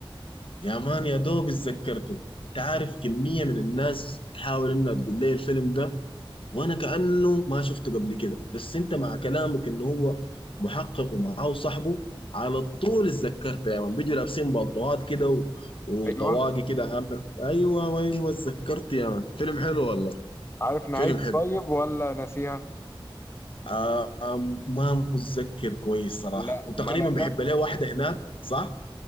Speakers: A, on the left; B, on the left.
A: يا مان يا دوب اتذكرته انت عارف كمية من الناس بتحاول انها تقول لي الفيلم ده وانا كأنه ما شفته قبل كده بس انت مع كلامك انه هو محقق ومعاه صاحبه على طول اتذكرته يا مان بيجوا لابسين بلطوات كده و... وطواقي
B: أيوه
A: كده عاملة ايوه ايوه اتذكرت يا مان فيلم حلو والله
B: عارف نهايته
A: فيلم حلو
B: طيب ولا ناسيها؟
A: آه آه، ما متذكر كويس صراحة
B: لا
A: وتقريبا
B: ما أنا
A: بحب
B: خاف
A: له واحدة هناك صح؟